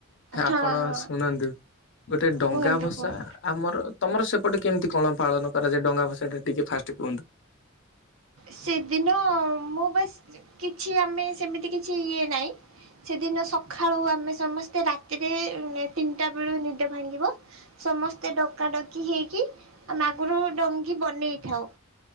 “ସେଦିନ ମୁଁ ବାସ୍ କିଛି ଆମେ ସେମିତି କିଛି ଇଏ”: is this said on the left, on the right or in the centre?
Right